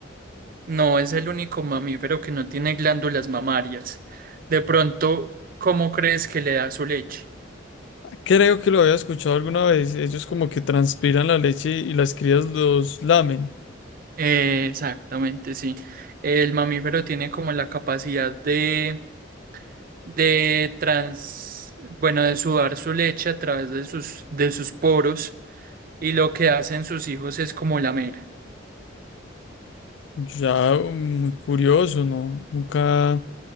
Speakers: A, on the right (about 45°); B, on the left (about 65°).
A: No es el único mamífero que no tiene glándulas mamarias. De pronto, ¿cómo crees que le da su leche?
B: Creo que lo había escuchado alguna vez. Ellos como que transpiran la leche y las crías los lamen.
A: Eh, exactamente, sí. El mamífero tiene como la capacidad de de trans, bueno, de sudar su leche a través de sus, de sus poros y lo que hacen sus hijos es como lamer.
B: Ya mm, muy curioso, ¿no? Nunca